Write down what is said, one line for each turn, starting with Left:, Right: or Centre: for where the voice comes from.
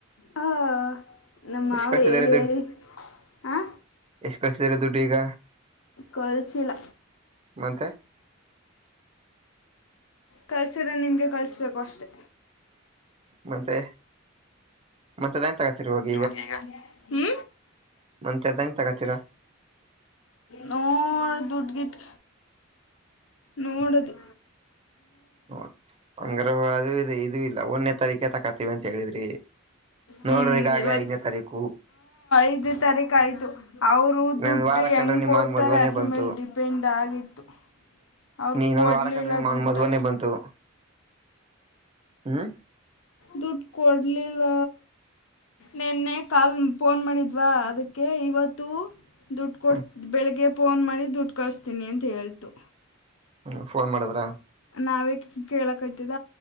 Left: ಹ ನಮ್ಮಾವ
Right: ಕಳ್ಸಿದಾರೆ
Left: ಹೇಳಿ ಹೇಳಿ ಆ
Right: ಕಳ್ಸಿರ ದುಡ್ಡು ಈಗ
Left: ಕಳಿಸಿಲ್ಲ
Right: ಮತ್ತೆ.
Left: ಕಳ್ಸಿರೆ ನಿಮ್ಗೆ ಕಳ್ಸ್ಬೇಕು ಅಷ್ಟೆ.
Right: ಮತ್ತೆ ಮಂತ್ದಂಗ ತಗತಿರಿ ಇವಾಗ
Left: ನೋಗ ಈಗ, ಹ್ಮ
Right: ಮಂತ ಹೇಳ್ದಂಗ ತಗತೀರಾ.
Left: ನೋ ಡುಡ್ಡ್ ಗಿಡ್ಡ್ ನೋಡದು.
Right: ಹ್ ಹಂಗಾದ್ರೆ ಇದು ಇದು ಇಲ್ಲ ಒನ್ನೇ ತಾರೀಕೆ ತಕ. ತಿವಂತ್ ಹೇಳಿದ್ರಿ
Left: ಹ್ಮ್
Right: ನೋಡ್ರಿ ಈಗಾಗಲೇ
Left: ಇವತ್ತು
Right: ಐದನೇ ತಾರೀಕು.
Left: ಐದನೇ ತಾರೀಕು ಆಯ್ತು. ಅವ್ರು ದುಡ್ಡ
Right: ನನ್ ವಾರ
Left: ಹೆಂಗೆ
Right: ಕಂಡ್ರೆ ನಿಮ್ಮ
Left: ಕೊಡ್ತಾರೆ
Right: ಅವನ್ ಮದ್ವನೇ
Left: ಅದ್ರ
Right: ಬಂತು
Left: ಮೇಲೆ ಡಿಪೆಂಡ್ ಆಗಿತ್ತು. ಅವ್ರು
Right: ಹಿನೋಂದ
Left: ಕೊಡಲಿಲ್ಲ
Right: ವಾರ ಕಂಡ್ರಿ ಮಾವನ್
Left: ದುಡ್ಡು
Right: ಮದ್ವನೇ ಬಂತು ಹ್ಮ್.
Left: ದೂಡ್ ಕೊಡಲಿಲ್ಲ. ನಿನ್ನೆ ಕಾಲ್ ಫೋನ್ ಮಾಡಿದ್ವಾ ಅದಕ್ಕೆ ಇವತ್ತು. ದುಡ್ಡ ಕೊಡ್ತ
Right: ಹ್ಮ್
Left: ಬೆಳಿಗ್ಗೆ ಫೋನ್ ಮಾಡಿ ದುಡ್ಡು ಕಳಸ್ತೀನಿ ಅಂತ ಹೇಳ್ತು.
Right: ಹ್ಮ ಫೋನ್ ಮಾಡಿದ್ರ.
Left: ನಾವೇ ಕೇಳಕೆ ಆಯ್ತುದ